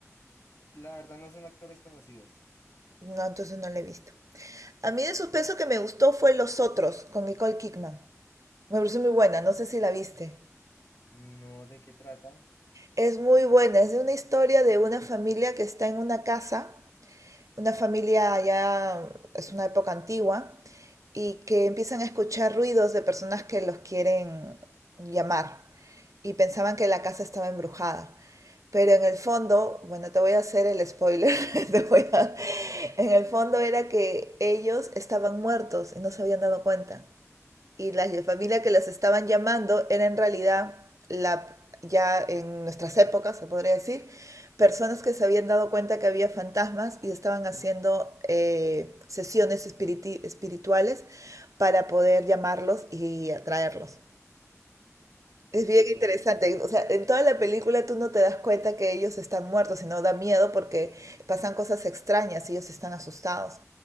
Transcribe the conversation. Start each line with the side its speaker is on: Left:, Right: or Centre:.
Left: La verdad no son actores conocidos.
Right: No, entonces no la he visto. A mí de suspenso que me gustó fue Los Otros, con Nicole Kidman. Me pareció muy buena, no sé si la viste.
Left: No, ¿de qué trata?
Right: Es muy buena, es de una historia de una familia que está en una casa una familia ya, es una época antigua, y que empiezan a escuchar ruidos de personas que los quieren llamar y pensaban que la casa estaba embrujada. Pero en el fondo, bueno, te voy a hacer el spoiler, <laughs> te voy a- en el fondo era que ellos estaban muertos y no se habían dado cuenta y la ll- familia que los estaban llamando era en realidad la ya en nuestras épocas, se podría decir, personas que se habían dado cuenta que había fantasmas y estaban haciendo eh, sesiones espiriti- espirituales para poder llamarlos y atraerlos. Es
Left: Uf,
Right: bien interesante. O sea, en toda la película tú no te das cuenta que ellos están muertos, sino da miedo porque pasan cosas extrañas y ellos están asustados.